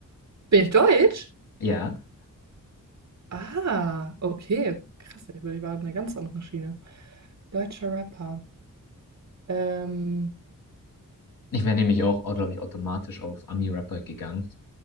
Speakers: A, on the right (about 55°); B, on the left (about 80°).
A: Bin ich Deutsch?
B: ja.
A: Ah, okay. Krass, ich war auf einer ganz anderen Schiene. Deutscher Rapper. Ähm,
B: Ich wäre nämlich auch, glaube ich, automatisch auf Ami-Rapper gegangen.